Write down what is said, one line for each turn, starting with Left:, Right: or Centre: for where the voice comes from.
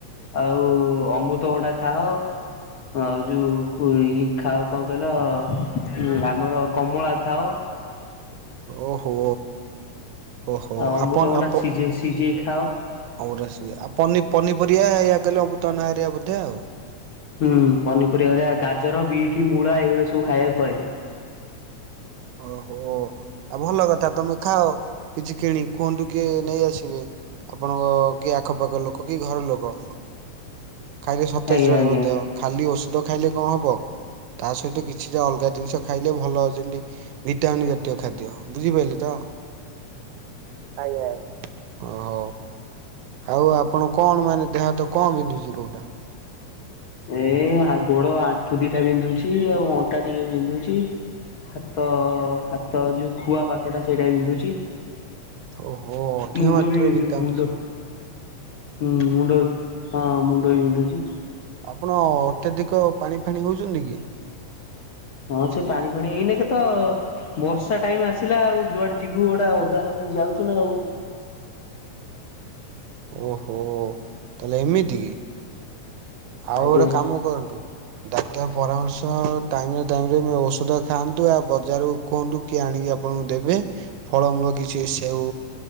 Left: ଆଉ ଅମୃତଭଣ୍ଡା ଖାଅ ଆଉ ଯୋଉ ଇଏ ଖାଅ କଣ କହିଲ ଆମର କମଳା ଖାଅ।
Right: ଓହୋ। ଓହୋ
Left: ଆଉ ଅମ୍ବୃତଭଣ୍ଡା
Right: ଆପଣ ଆପ
Left: ସିଝେଇ ସିଝେଇ ଖାଅ।
Right: ଆଉ ପନି ପନିପରିବା ୟା କହିଲେ ଅମୃତଭଣ୍ଡା ହାରିକା ବୋଧେ ଆଉ
Left: ହୁଁ ପନିପରିବା ହେରା ଗାଜର, ବିଟ, ମୂଳା, ଏଇଗୁରା ସବୁ ଖାଇବାକୁ କହିଲେ।
Right: ଓହୋ ଆଉ ଭଲ କଥା ତମେ ଖାଅ କିଛି କିଣି କୁହନ୍ତୁ କିଏ ନେଇ ଆସିବେ। ଆପଣଙ୍କ କି ଆଖପାଖ ଲୋକ କି ଘର ଲୋକ। ଖାଇଲ ସତେଜ
Left: ଆଜ୍ଞା
Right: ରହିବ
Left: ଆଜ୍ଞା
Right: ଦେହ। ଖାଲି ଔଷଧ ଖାଇଲେ କଣ ହେବ? ତା ସହିତ କିଛିଟା ଅଲଗା ଜିନିଷ ଖାଇଲେ ଭଲ ଯେନ୍‌ତି ଭିଟାମିନ ଜାତୀୟ ଖାଦ୍ୟ ବୁଝିପାରିଲ ତ? ଆଜ୍ଞା ଆଜ୍ଞା। ଓ ହଉ ଆଉ ଆପଣ କଣ ମାନେ ଦେହ ହାତ କଣ ବିନ୍ଧୁଛି କୋଉଟା?
Left: ଏ ଗୋଡ ଆଣ୍ଠୁ ଦିଟା ବିନ୍ଧୁଛି ଆଉ ଅଣ୍ଟା ଟିକେ ବିନ୍ଧୁଛି। ହାତ ହାତ ଯୋଉ ଖୁଆ ପାଖଟା ସେଇଟା ବିନ୍ଧୁଛି।
Right: ଓହୋ ଅଧିକ
Left: ମୁଣ୍ଡ
Right: ମାତ୍ରାରେ
Left: ବି ବିନ୍ଧୁ
Right: ଭିଟାମିନି
Left: ମୁଣ୍ଡ
Right: ସଟ।
Left: ହୁଁ ମୁଣ୍ଡ ବି ହଁ ମୁଣ୍ଡ ବି ବିନ୍ଧୁଛି।
Right: ଆପଣ ଅତ୍ୟଧିକ ପାଣି ଫାଣି ହୋଉଚନ୍ତି କି?
Left: ହଁ ସେ ପାଣିଫାଣି ଏଇ ନେ କେ <unintelligible> ବର୍ଷା ଟାଇମ ଆସିଲା ଆଉ ଯୁଆଡେ ଯିବୁ ଗୁଡା ଓଦା ହେଇକି ଯାଉଚୁ ନା ଆଉ।
Right: ଓହୋ ତାହେଲେ ଏମିତି କି? ଆଉ
Left: ଆଜ୍ଞା
Right: ଗୋଟେ କାମ କରନ୍ତୁ? ଡାକ୍ତର ପରାମର୍ଶ ଟାଇମରେ ଟାଇମରେ ଔଷଧ ଖାଆନ୍ତୁ ଆଉ ବଜାରରୁ କୁହନ୍ତୁ କିଏ ଆଣିକି ଆପଣଙ୍କୁ ଦେବେ ଫଳମୂଳ କିଛି ସେଉ